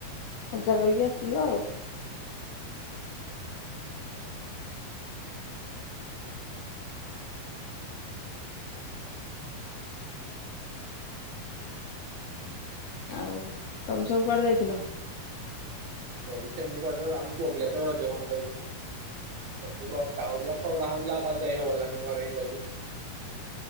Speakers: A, on the left; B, on the right.
A: ମଜା କରିକି ଆସିଲୁ ଆଉ ଆଉ ତମେ ସବୁ କୁଆଡେ ଯାଇଥିଲ?
B: ଅବଶ୍ୟ ଏମିତି ଆମ ପୁଅ ପିଲା ତ ରଜ କଣ କରିବୁ? ସେମିତି ବର୍ଷା ହଉଥିଲା। ଖରା ହଉଥିଲା। ଆଉ ଯାଇ ହବାର ଲାନି ଘରେ ହିଁ ରହିଲୁ।